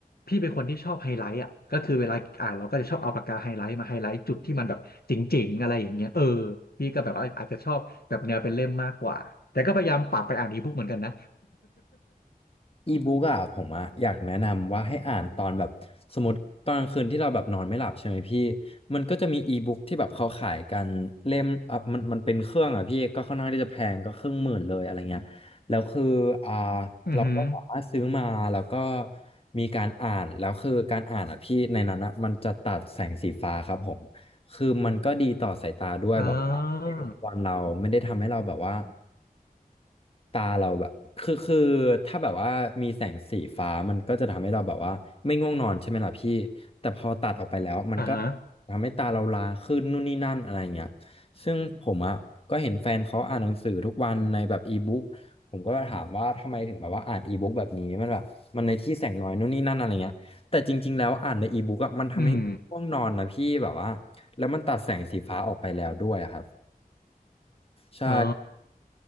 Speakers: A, on the left (about 85°); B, on the left (about 40°).
A: พี่เป็นคนที่ชอบไฮไลท์อ่ะก็คือเวลาอ่านเราก็จะชอบเอาปากกาไฮไลท์มาไฮไลท์จุดที่มันแบบเจ๋งๆอะไรอย่างเงี้ยเออพี่ก็แบบว่าอาจจะชอบแบบแนวเป็นเล่มมากกว่าแต่ก็พยายามปรับไปอ่านอีบุ๊กเหมือนกันนะ
B: อีบุ๊กอะผมอะอยากแนะนำว่าให้อ่านตอนแบบสมมติตอนกลางคืนที่เราแบบนอนไม่หลับใช่ไหมพี่มันก็จะมีอีบุ๊กที่แบบเขาขายกันเล่มอ่ะมันมันเป็นเครื่องอะพี่ก็ค่อนข้างที่จะแพงก็ครึ่งหมื่นเลยอะไรเงี้ยแล้วคืออ่า
A: อือหือ
B: เราก็สามารถซื้อมาแล้วก็มีการอ่านแล้วคือการอ่านอะพี่ในนั้นอะมันจะตัดแสงสีฟ้าครับผมคือมันก็ดีต่อสายตาด้วยแบบว่าไม่ได้รบกวนเราไม่ได้ทำให้เราแบบว่า
A: อ่า
B: ตาเราแบบคือคือถ้าแบบว่ามีแสงสีฟ้ามันก็จะทำให้เราแบบว่าไม่ง่วงนอนใช่ไหมล่ะพี่แต่พอตัดออกไปแล้วมันก็
A: อ่าฮะ
B: ทำให้ตาเราลาขึ้นนู่นนี่นั่นอะไรเงี้ยซึ่งผมอ่ะก็เห็นแฟนเขาอ่านหนังสือทุกวันในแบบอีบุ๊กผมก็ถามว่าทำไมถึงแบบว่าอ่านอีบุ๊กแบบนี้มันแบบมันในที่แสงน้อยนู่นนี่นั่นอะไรเงี้ยแต่จริงๆแล้วอ่านในอีบุ๊กอ่ะมันทำให้ง่วงนอนนะพี่แบบว่า
A: อืม
B: แล้วมันตัดแสงสีฟ้าออกไปแล้วด้วยอะครับใช่
A: อ๋อ